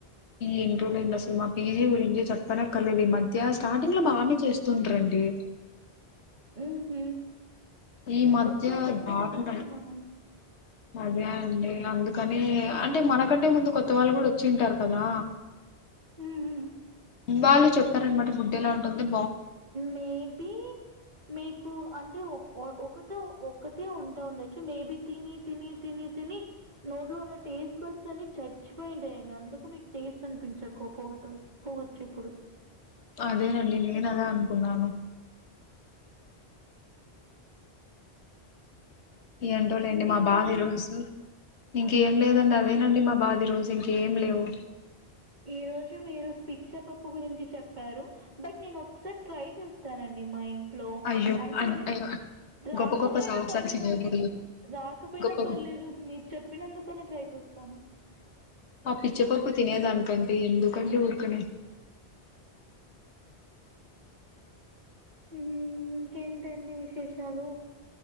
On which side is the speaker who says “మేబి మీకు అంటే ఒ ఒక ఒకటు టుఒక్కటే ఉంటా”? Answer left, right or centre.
Right